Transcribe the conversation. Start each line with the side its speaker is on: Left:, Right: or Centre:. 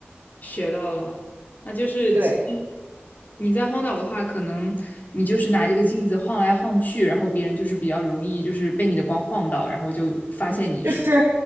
Left: 学到了。那就是其实
Right: 对，
Left: 你在荒岛的话，可能你就是拿这个镜子晃来晃去，然后别人就是比较容易就是被你的光晃到，然后就发现你是吧
Right: 就是